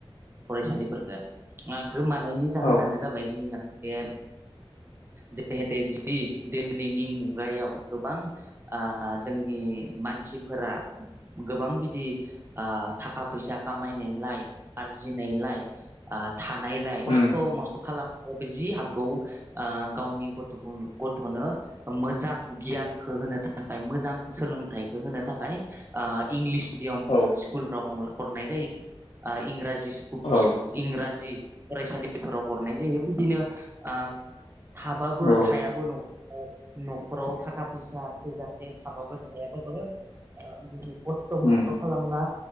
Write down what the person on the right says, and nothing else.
फरायसालिफोरखौ। गोमानायनि जाहोनानो
जाबाय जोंनिया बे जिहेतु जि दिनैनि मुगायाव गोबां आ जोंनि मानसि मानसिफोरा गोबां बिदि ओ थाखा फैसा खामायनायलाय आरजिनाय आरजिनायलाय थानायलाय खस्थ
मस्थ खालाम जि हागौ ओ गावनि गथ'खौ गथ'नो मोजां गियानखौ होनो थाखाय मोजां सोलोंथाइ होनो थाखाय ओ इंलिस मिडयाम
स्कुलफ्राव हरनाय जायो ओ इंराजि
इंराजि फरायसालिफोराव हरनाय जायो बिदिनो ओ थाबाबो
थायाबो नखराव न'खराव थाखा फैसा थोजासे थाबाबो थायाबो बो ओ खस्थ मस्थ
खालामना